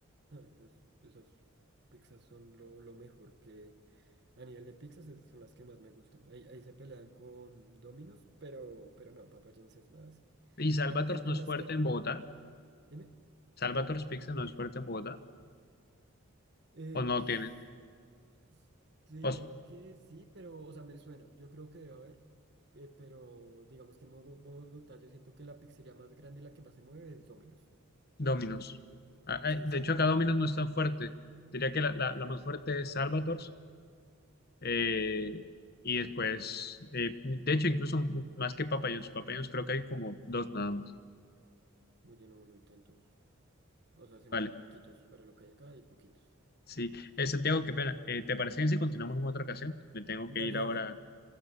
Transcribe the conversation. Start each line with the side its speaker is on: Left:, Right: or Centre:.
Right: Ah, esas, esas pizzas son lo, lo mejor que a nivel de pizzas es- son las que más me gustan. Ahí, ahí se pelean con Domino's, pero, pero no, Papa John's es más.
Left: ¿Y Salvators
Right: ah, Es,
Left: no
Right: es
Left: es
Right: más
Left: fuerte
Right: cara.
Left: en Bogotá?
Right: Dime.
Left: ¿Salvators Pizza no es fuerte en Bogotá?
Right: Eh,
Left: ¿O no
Right: s-
Left: tienen?
Right: es- te diría
Left: ¿O s-
Right: que sí, pero, o sea, me suena. Yo creo que debe haber. eh, pero digamos que en Mogo- Bogotá yo siento que la pizzería más grande y la que más se mueve es Domino's.
Left: Domino's? Ah,
Right: Sí,
Left: ah, de
Right: sí.
Left: hecho, acá Domino's no es tan fuerte. Diría que la, la- la más fuerte es Salvators. eh, y después, eh, de hecho, incluso mu- más que Papa John's. Papa John's creo que hay como dos nada más.
Right: Oye, no, no hay tantos. O sea, se
Left: Vale,
Right: me hacen poquitos para lo que hay acá y poquitos.
Left: sí. Eh, Santiago, qué pena. Eh, ¿te parece bien si continuamos en otra ocasión? Me tengo
Right: Dale,
Left: que ir ahora.
Right: dale.